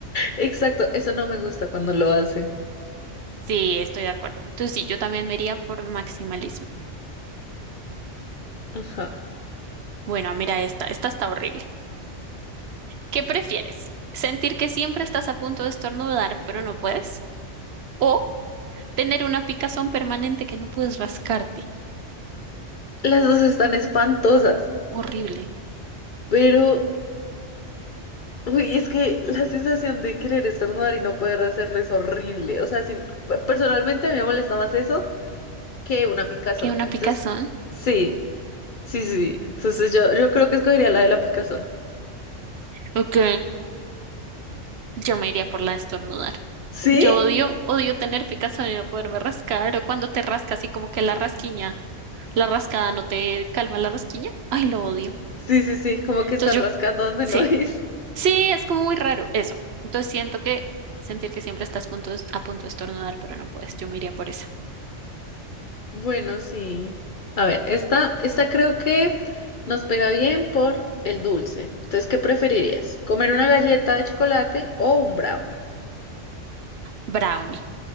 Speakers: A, on the left; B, on the right.
A: exacto. Eso no me gusta cuando lo hacen.
B: Sí, estoy de acuerdo. Entonces sí, yo también me iría por maximalismo.
A: Ajá.
B: Bueno, mira esta, esta está horrible. ¿Qué prefieres? ¿Sentir que siempre estás a punto de estornudar, pero no puedes? o tener una picazón permanente que no puedes rascarte.
A: Las dos están espantosas,
B: Horrible.
A: pero uy, es que la sensación de querer estornudar y no poder hacerlo es horrible. O sea, sin- pe- personalmente me molesta más eso que una picazón.
B: ¿Qué una
A: Entonces,
B: picazón?
A: sí, sí, sí. Entonces yo, yo creo que escogería la de la picazón.
B: Ok, yo me iría por la de estornudar.
A: ¿Sí?
B: Yo odio, odio tener picazón y no poderme rascar, o cuando te rascas y como que la rasquiña, la rascada no te calma la rasquiña. Ay, lo odio.
A: Sí, sí, sí, como que
B: Entonces
A: está rascando
B: yo,
A: donde
B: sí,
A: no <laughs> es.
B: sí, es como muy raro eso. Entonces siento que sentir que siempre estás punto de- a punto de estornudar, pero no puedes. Yo me iría por esa.
A: Bueno, sí. A ver, esta, esta creo que nos pega bien por el dulce. Entonces, ¿qué preferirías? ¿Comer una galleta de chocolate o un brownie?
B: Brownie.